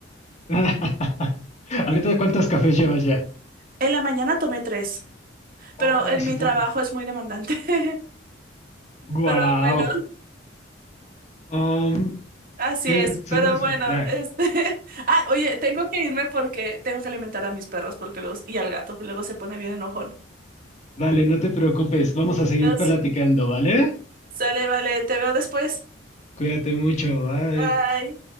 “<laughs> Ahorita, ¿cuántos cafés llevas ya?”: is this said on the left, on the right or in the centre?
Left